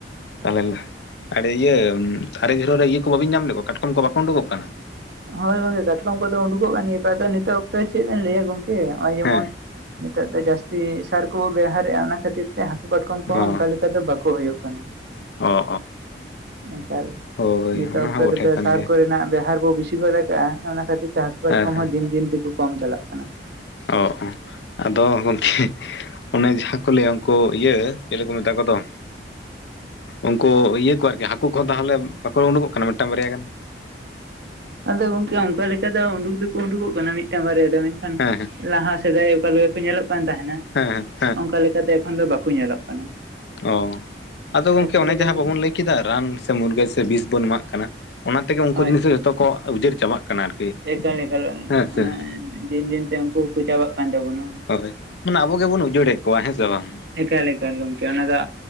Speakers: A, on the left; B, on the right.
A: ᱛᱟᱦᱚᱞᱮ ᱟᱹᱰᱤ ᱤᱭᱟᱹ ᱟᱨᱮ ᱡᱷᱩᱨᱟᱹ ᱨᱮ ᱤᱭᱟᱹ ᱠᱚ ᱵᱟᱹᱵᱤᱱ ᱧᱟᱢ ᱞᱮᱫ ᱠᱚᱣᱟ ᱠᱟᱴᱠᱚᱢ ᱠᱚ ᱵᱟᱠᱚ ᱩᱰᱩᱠᱚᱜ ᱠᱟᱱᱟ᱾
B: ᱦᱳᱭ ᱜᱚᱝᱠᱮ ᱠᱟᱴᱠᱚᱢ ᱠᱚᱫᱚ ᱩᱰᱩᱠᱚᱜ ᱠᱟᱱ ᱜᱮᱭᱟ ᱠᱟᱛ ᱱᱤᱛᱚᱜ ᱚᱠᱛᱚᱭ ᱪᱮᱫ ᱵᱮᱱ ᱞᱟᱹᱭᱟ ᱜᱚᱝᱠᱮ ᱱᱚᱜᱼᱚᱭ ᱡᱮᱢᱚᱱ-
A: ᱦᱮᱸ
B: ᱱᱤᱛᱚᱜ ᱫᱚ ᱡᱟᱹᱥᱛᱤ ᱥᱟᱨ ᱠᱚᱵᱚ ᱵᱮᱣᱦᱟᱨᱮᱜᱼᱟ ᱚᱱᱟ ᱠᱷᱟᱹᱛᱤᱨ ᱛᱮ ᱦᱟᱹᱠᱩ ᱠᱟᱴᱠᱚᱢ ᱠᱚᱦᱚᱸ
A: ᱚ
B: ᱚᱱᱠᱟ᱾ ᱚᱝᱠᱚ ᱫᱚ ᱵᱟᱠᱚ ᱦᱩᱭᱩᱜ ᱠᱟᱱᱟ᱾
A: ᱚ
B: ᱮᱠᱟᱞ
A: ᱚ ᱦᱳᱭ
B: ᱱᱤᱛᱳᱜ
A: ᱚᱱᱟ
B: ᱚᱠᱛᱚ
A: ᱦᱚᱸ ᱵᱚᱴᱷᱮ
B: ᱨᱮᱫᱚ
A: ᱠᱟᱱ
B: ᱥᱟᱨ
A: ᱜᱮᱭᱟ
B: ᱠᱚᱨᱮᱱᱟᱜ ᱵᱮᱣᱦᱟᱨ ᱵᱤᱥᱤ᱾ ᱪᱤ ᱜᱚᱫ ᱠᱟᱜᱼᱟ ᱚᱱᱟ ᱠᱷᱟᱹᱛᱤᱨ ᱛᱮ ᱦᱟᱹᱠᱩ ᱠᱟᱴᱠᱚᱢ
A: ᱦᱮᱸ ᱦᱮᱸ
B: ᱦᱚᱸ ᱫᱤᱱ ᱫᱤᱱ ᱛᱮᱠᱚ ᱠᱚᱢ ᱪᱟᱞᱟᱜ ᱠᱟᱱᱟ᱾
A: ᱚ ᱟᱫᱚ ᱜᱚᱢᱠᱮ᱾ ᱚᱱᱮ ᱡᱟᱦᱟᱸ ᱠᱚ ᱞᱟᱹᱭᱟ ᱩᱱᱠᱩ ᱤᱭᱟᱹ ᱪᱮᱞᱮ ᱠᱚ ᱢᱮᱛᱟ ᱠᱚᱫᱚ, ᱩᱱᱠᱩ ᱤᱭᱟᱹ ᱠᱚ ᱟᱨᱠᱤ ᱦᱟᱹᱠᱩ ᱠᱚᱦᱚᱸ ᱛᱟᱦᱚᱞᱮ ᱵᱟᱠᱚ ᱩᱰᱠᱚᱜ ᱠᱟᱱᱟ ᱢᱤᱫᱴᱟᱝ ᱵᱟᱨᱭᱟ ᱜᱟᱱ?
B: ᱟᱫᱚ ᱜᱚᱝᱠᱮ ᱚᱱᱠᱟ ᱞᱮᱠᱟ ᱫᱚ ᱩᱰᱩᱠ ᱫᱚᱠᱚ ᱩᱰᱩᱠᱚᱜ ᱠᱟᱱᱟ ᱢᱤᱫᱴᱟᱝ ᱵᱟᱨᱭᱟ ᱫᱚ ᱢᱮᱱᱠᱷᱟᱱ
A: ᱦᱮᱸ ᱦᱮᱸ
B: ᱞᱟᱦᱟ ᱥᱮᱫᱟᱭ, ᱚᱠᱟᱞᱣᱟᱹ ᱠᱚ ᱧᱮᱞᱚᱜ ᱠᱟᱱ ᱛᱟᱦᱮᱱᱟ᱾
A: ᱦᱮᱸᱮᱸ ᱦᱮᱸ᱾
B: ᱚᱱᱠᱟ ᱞᱮᱠᱟᱛᱮ ᱮᱠᱷᱚᱱ ᱫᱚ ᱵᱟᱠᱚ ᱧᱮᱞᱚᱜ ᱠᱟᱱᱟ᱾
A: ᱚ ᱟᱫᱚ ᱜᱚᱝᱠᱮ
B: ᱮᱠᱷᱚᱱ
A: ᱚᱱᱮ
B: ᱫᱚ ᱡᱮᱢᱚᱱ
A: ᱡᱟᱦᱟᱸ ᱵᱟᱵᱚᱱ ᱞᱟᱹᱭ ᱠᱮᱫᱟ ᱨᱟᱱ ᱥᱮ ᱢᱩᱨᱜᱟᱹᱱ ᱥᱮ ᱵᱤᱥ ᱵᱚᱱ ᱮᱢᱟᱜ ᱠᱟᱱᱟ᱾ ᱚᱱᱟ ᱛᱮᱜᱮ ᱩᱱᱠᱩ
B: ᱦᱳᱭ
A: ᱡᱤᱱᱤᱥ ᱫᱚ ᱡᱷᱚᱛᱚ ᱠᱚ ᱩᱡᱟᱹᱨ ᱪᱟᱵᱟᱜ᱾ ᱠᱟᱱᱟ ᱟᱨᱠᱤ
B: ᱮᱠᱟᱞ ᱮᱠᱟᱞ
A: ᱦᱮᱸ ᱥᱮ
B: ᱚᱱᱟ ᱫᱤᱱ ᱫᱤᱱ ᱛᱮ ᱩᱱᱠᱩ ᱠᱚ ᱪᱟᱵᱟᱜ ᱠᱟᱱ ᱛᱟᱵᱚᱱᱟ᱾
A: ᱦᱳᱭ ᱢᱟᱱᱮ ᱟᱵᱚ ᱜᱮᱵᱚᱱ ᱩᱡᱟᱹᱲᱮᱫ ᱠᱚᱣᱟ ᱦᱮᱸ ᱥᱮ ᱵᱟᱝ?
B: ᱮᱠᱟᱞ ᱮᱠᱟᱞ ᱜᱚᱢᱠᱮ ᱚᱱᱟᱫᱚ᱾